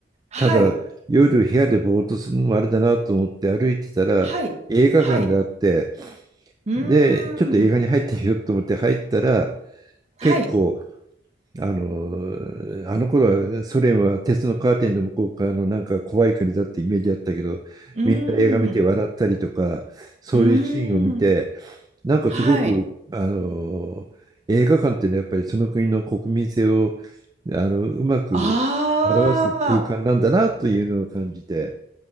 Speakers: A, on the right; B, on the right.
A: はい、
B: ただ夜部屋でぼーっとするのもあれだなと思って歩いてたら映画館があって、
A: はい、はい。うーん。
B: で、ちょっと映画に入ってみようと思って入ったら、
A: はい。
B: 結構、あのあの頃はソ連は鉄のカーテンの向こう側のなんか怖い国だってイメージあったけど、
A: うー
B: みんな映画見て笑ったりとか、
A: ん。
B: そういうシーンを見て、
A: うーん、
B: なんかすごく、
A: はい。
B: あの映画館っていうのはやっぱりその国の国民性をあのうまく表す空間なんだなというのを感じて、
A: ああ、